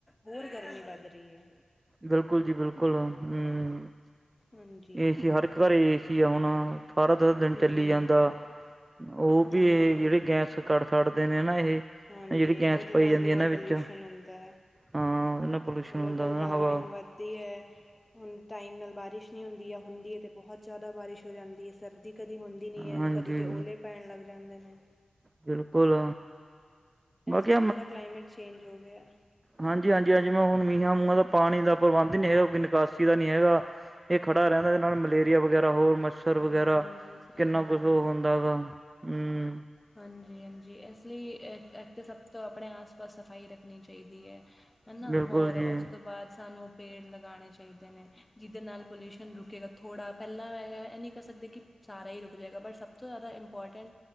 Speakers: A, on the left (about 15°); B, on the right (about 25°).
A: ਹੋਰ ਗਰਮੀ ਵੱਧ ਰਹੀ ਐ
B: ਬਿਲਕੁਲ ਜੀ ਬਿਲਕੁਲ ਹੂੰ
A: ਹਾਂਜੀ
B: ਏਸੀ ਹਰ ਇੱਕ ਘਰ ਏਸੀ ਆ ਹੁਣ <unintelligible> ਸਾਰਾ, ਸਾਰਾਦਿਨ
A: ਹਮ
B: ਚੱਲੀ ਜਾਂਦਾ ਉਹ ਵੀ
A: ਹਮ
B: ਇਹ ਜਿਹੜੇ ਗੈਸ ਕੱੜ ਛੱਟਦੇ ਨੇ ਨਾ ਇਹ
A: ਹਾਂਜੀ,
B: ਜਿਹੜੀ ਗੈਸ
A: ਉਹਦੇ
B: ਪਾਈ
A: ਨਾਲ
B: ਜਾਂਦੀ
A: ਵੀ ਬਹੁਤ
B: ਇਹਨਾਂ ਵਿੱਚ
A: ਪੋਲਿਊਸ਼ਨ ਹੁੰਦਾ
B: ਹਾਂ ਉਹਦੇ ਨਾਲ ਪੋਲਿਊਸ਼ਨ
A: ਗਲੋਬਲ
B: ਹੁੰਦਾ
A: ਵਾਰਮਿੰਗ
B: ਹਵਾ
A: ਵਧ ਇਹ ਐ ਹੁਣ ਟਾਈਮ ਨਾਲ ਬਾਰਿਸ਼ ਨੀ ਹੁੰਦੀ ਐ, ਹੁੰਦੀ ਐ ਤੇ ਬਹੁਤ ਜ਼ਿਆਦਾ ਬਾਰਿਸ਼ ਹੋ ਜਾਂਦੀ ਐ ਸਰਦੀ ਕਦੀ ਹੁੰਦੀ ਨਹੀਂ ਐ,
B: ਹਾਂਜੀ
A: ਕਦੀ ਤੇ ਓਲੇ ਪੈਣ ਲੱਗ ਜਾਂਦੇ ਨੇ
B: ਬਿਲਕੁਲ ਬਾਕੀ
A: ਇਸ ਲਈ ਪੂਰਾ ਕਲਾਈਮੇਟ ਚੇਂਜ ਹੋ ਗਿਆ
B: ਹਾਂਜੀ, ਹਾਂਜੀ ਹਾਂਜੀ ਮੈਂ ਹੁਣ ਮੀਹਾਂ ਮੂੰਹਾਂ ਦਾ ਪਾਣੀ ਦਾ ਪ੍ਰਬੰਧ ਨੀ ਹੈਗਾ। ਕੋਈ ਨਿਕਾਸੀ ਦਾ ਨੀ ਹੈਗਾ ਇਹ ਖੜਾ ਰਹਿੰਦਾ ਇਹਦੇ ਨਾਲ ਮਲੇਰੀਆ ਵਗੈਰਾ ਹੋਰ ਮ <unintelligible> ਛਰ
A: ਹਾਂਜੀ
B: ਵਗੈਰਾ,
A: ਸਹੀ
B: ਕਿੰਨਾ
A: ਗੱਲ
B: ਕੁਛ ਉਹ
A: ਹੈ
B: ਹੁੰਦਾ ਗਾ ਹੂੰ
A: ਹਾਂਜੀ, ਹਾਂਜੀ ਇਸ ਲਈ ਇੱਥੇ ਸਭ ਤੋਂ ਆਪਣੇ ਆਸ ਪਾਸ ਸਫ਼ਾਈ ਰੱਖਣੀ ਚਾਹੀਦੀ ਹੈ ਹੈਨਾ।
B: ਬਿਲਕੁਲ
A: ਹੋਰ
B: ਜੀ
A: ਉਸ ਤੋਂ ਬਾਅਦ ਸਾਨੂੰ ਪੇੜ ਲਗਾਣੇ ਚਾਹੀਦੇ ਨੇ ਜਿਹਦੇ ਨਾਲ ਪੋਲਿਊਸ਼ਨ ਰੁਕੇਗਾ ਥੋੜ੍ਹਾ ਪਹਿਲਾਂ ਐ ਇਹ ਨਹੀਂ ਕਰ ਸਕਦੇ। ਕਿ ਸਾਰਾ ਹੀ ਰੁਕ ਜਾਏਗਾ। ਬਟ ਸਭ ਤੋਂ ਜ਼ਿਆਦਾ ਇੰਪੋਰਟੈਂਟ